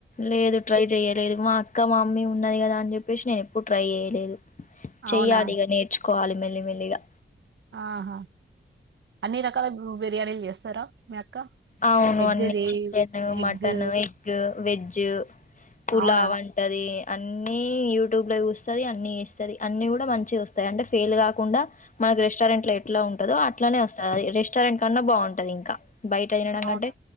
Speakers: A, on the left; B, on the right.
A: లేదు ట్రై చెయలేదు మా అక్క మా మమ్మీ ఉన్నది కదా అని చెప్పేసి నేను ఎప్పుడు ట్రై చేయలేదు చెయ్యలి
B: అవునా
A: ఇగ నేర్చ్ కోవాలి మెల్లి మెల్లిగా
B: ఆహా అన్ని రకాల బిర్యానీలు చేస్తారా మీ అక్క
A: అవును
B: ఎగ్ది
A: అన్ని chicken
B: egg
A: mutton egg veg పులావ్
B: అవునా
A: అంటది అన్ని యూట్యూబ్ లో చూస్తది అన్ని వేస్తది అన్ని కూడా మంచిగ వస్తాయి అంటే ఫెయిల్ కాకుండా మనకి రెస్టారెంట్ లో ఎట్లా ఉంటందో అట్లానే వస్తది అ రెస్టారెంట్ కన్నా బాగుంటది ఇంకా బయట తినడం
B: అవునా?
A: కంటే